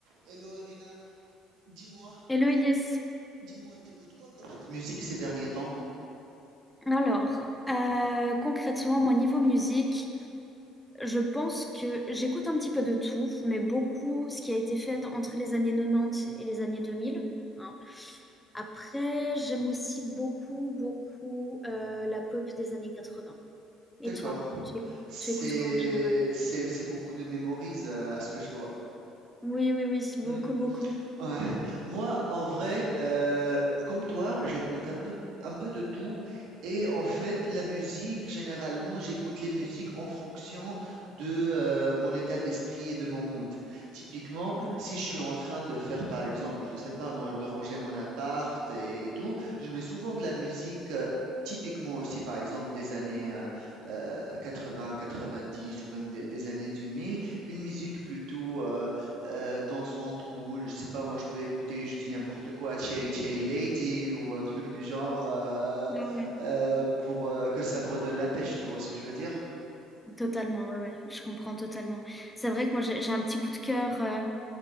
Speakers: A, on the right (about 70°); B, in the centre.
A: Hello Irina, dis-moi,
B: Hello
A: t'éc-
B: Elias.
A: dis-moi, t'écoutes quoi comme Musique ces derniers temps.
B: Alors, euh, concrètement, moi, niveau musique, je pense que j'écoute un petit peu de tout, mais beaucoup ce qui a été fait dans- entre les années 90 et les années 2000. hein. Après, j'aime aussi beaucoup, beaucoup euh, la pop des années 80.
A: D'accord.
B: Et toi, tu, éc-
A: C'est
B: tu écoutes quoi en général?
A: c'est c'est beaucoup de mémorise euh, à ce que je vois.
B: Oui, oui, oui, c'est
A: Hmm.
B: beaucoup, beaucoup.
A: Ouais. Moi, en vrai, euh, comme toi, j'écoute un peu, un peu de tout. Et en fait, la musique, généralement, j'écoute les musiques en fonction de euh, mon état d'esprit et de mon mood. Typiquement,
B: Ouais.
A: si je suis en train de faire, par exemple, je sais pas, moi, de ranger mon appart et, et tout, je mets souvent de la musique. euh, Typiquement aussi, par exemple, des années euh, euh, 80, 90 ou même des, des années 2000, une musique plutôt euh, euh, dansante, cool. Je sais pas, moi, je peux écouter, je dis n'importe quoi, Cherry Cherry Lady ou un truc du genre euh,
B: Ah ouais.
A: euh, pour euh, que ça me redonne la pêche, tu vois ce que je veux dire?
B: Totalement, ouais, ouais, je comprends totalement. C'est vrai que moi, j'ai j'ai un petit coup de cœur. euh,